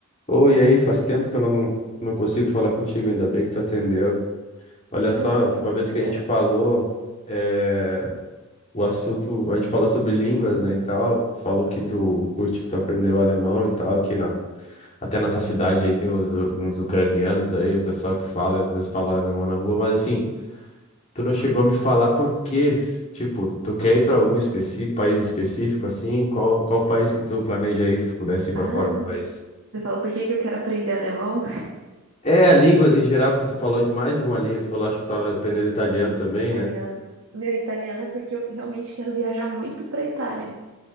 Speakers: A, on the left; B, on the right.
A: Oi, e aí, faz tempo que eu não, não consigo falar contigo, ainda bem que tu atendeu. Olha só,
B: <laughs> Oh,
A: a última vez
B: verdade.
A: que a gente falou, eh, o assunto, a gente falou sobre línguas, né, e tal, tu falou que tu curte, que tu aprendeu alemão e tal, que na- até na tua cidade aí tem uns, uns ucranianos aí, o pessoal que fala, às vezes fala alemão na rua, mas assim, tu não chegou a me falar por quê, tipo, tu quer ir para algum especi- país específico, assim, qual, qual país que tu planeja ir, se tu pudesse ir para
B: Ah,
A: fora do país?
B: você falou por que que eu quero aprender alemão?
A: É, línguas em geral, porque tu falou de mais de uma língua. Tu falou, acho que tava aprendendo italiano também,
B: Italiano.
A: né?
B: Meu, italiano é porque eu realmente quero viajar muito pra Itália.